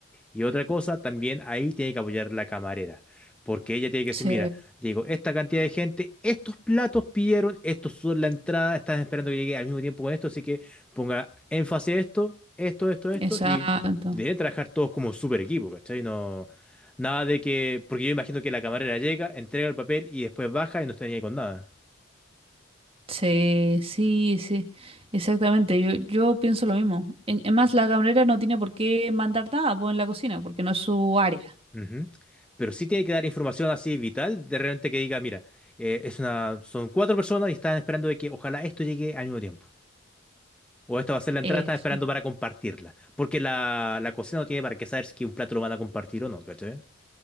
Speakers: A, in the centre; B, on the right.
A: Y otra cosa, también ahí tiene que apoyar la camarera, porque ella tiene que
B: sí,
A: decir, mira, llegó esta cantidad de gente, estos platos pidieron, estos son la entrada, están esperando que llegue al mismo tiempo con esto, así que ponga énfasis a esto, esto, esto, esto,
B: exacto.
A: y deben trabajar todos como un super equipo, ¿cachai? No, nada de que, porque yo imagino que la camarera llega, entrega el papel y después baja y no está ni ahí con nada.
B: Sí, sí, sí, exactamente. Yo, yo pienso lo mismo. En, en más, la camarera no tiene por qué mandar nada pues, en la cocina, porque no es su área.
A: Ujú. Pero sí tiene que dar información así vital, de repente que diga, mira, eh, es una, son cuatro personas y están esperando de que ojalá esto llegue al mismo tiempo. O esta va a ser la entrada,
B: Es,
A: están esperando para compartirla. Porque la, la cocina no tiene para qué saber si un plato lo van a compartir o no, ¿cachai?